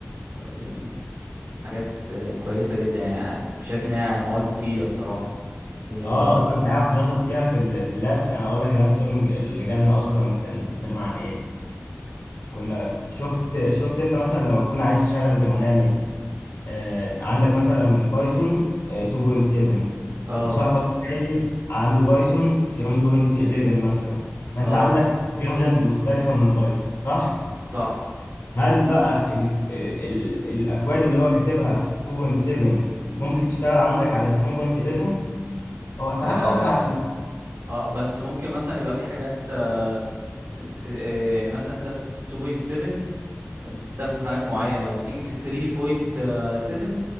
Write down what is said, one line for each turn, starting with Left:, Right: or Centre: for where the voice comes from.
Right: يعني حاجات آه، كويسة جدا يعني شايف ان هي مواد مفيدة بصراحة اه
Left: اه اصلا انت عارف بناخد فيها في ال- في اللابس انا اقول لك الهاند اون اللي جالنا اصلا كان بيتكلم عن ايه كنا شفت شفت انت مثلا لما تكون عايز تشغل برنامج آه عندك مثلا بايثون آه 2.7
Right: اه
Left: وصاحبك التاني عنده بايثون 3.11 مثلا فانت
Right: آه،
Left: عندك فيرجنز مختلفة من بايثون صح
Right: صح
Left: هل بقى ال ال الاكواد اللي هو كاتبها في 2.7 ممكن تشتغل عندك على 3.11 هو ساعات
Right: اه
Left: او ساعات لا.
Right: اه بس ممكن مثلا يبقى في حاجات آه س- آه، يعني مثلا انت في 2.7 بتستخدم حاجات معينة وتيجي في 3.7